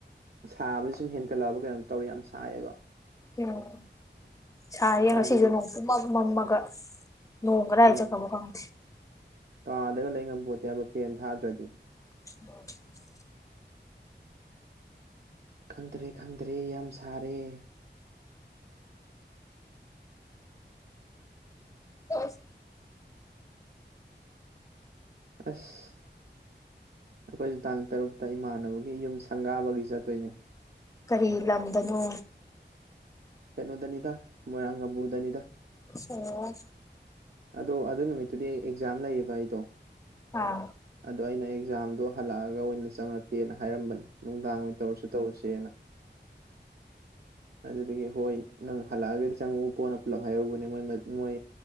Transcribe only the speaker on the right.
ꯁꯥꯕꯁ ꯁꯨꯝ ꯍꯦꯟꯒꯠꯂꯛꯑꯕ ꯀꯩꯅꯣ ꯇꯧꯔ ꯌꯥꯝ ꯁꯥꯏꯌꯦꯕ
ꯀꯥꯏꯗꯒꯤ
ꯎꯝ
ꯀꯥꯗꯒ ꯂꯩ ꯉꯝ ꯄꯣꯠꯇꯦ ꯍꯥꯏꯕ ꯐꯦꯟ ꯊꯥꯗ꯭ꯔꯗꯤ
ꯈꯪꯗ꯭ꯔꯦ ꯈꯪꯗ꯭ꯔꯦ ꯌꯥꯝ ꯁꯥꯔꯦ
ꯑꯁ ꯑꯩꯈꯣꯏꯁꯨ ꯇꯥꯡ ꯇꯔꯨꯛꯇ ꯏꯃꯥꯟꯅꯕꯒꯤ ꯌꯨꯝ ꯁꯪꯒꯥꯕꯒꯤ ꯆꯠꯇꯣꯏꯅꯤ
ꯄꯩꯅꯣꯗꯅꯤꯗ ꯃꯣꯏꯕꯨꯗꯅꯤꯗ
ꯑꯗꯣ ꯑꯗꯨ ꯅꯨꯃꯤꯠꯇꯨꯗꯤ ꯑꯦꯛꯖꯥꯝ ꯂꯩꯌꯦꯕ ꯑꯩꯗꯣ
ꯑꯗꯣ ꯑꯩꯅ ꯑꯦꯛꯖꯥꯝꯗꯣ ꯍꯜꯂꯛꯑꯒ ꯑꯣꯏꯅ ꯆꯪꯉꯛꯀꯦꯅ ꯍꯥꯏꯔꯝꯕꯅꯦ ꯅꯨꯡꯗꯥꯡ ꯑꯣꯏꯅ ꯇꯧꯔꯁꯨ ꯇꯧꯔꯁꯦꯅ ꯑꯖꯤꯗꯒꯤꯗꯒꯤ ꯍꯣꯏ ꯅꯪ ꯍꯜꯂꯛꯑꯒꯗꯤ ꯆꯪꯉꯛꯎ ꯀꯣꯅ ꯄꯨꯂꯞ ꯍꯥꯏꯍꯧꯕꯅꯦꯣꯏ ꯃꯣꯏ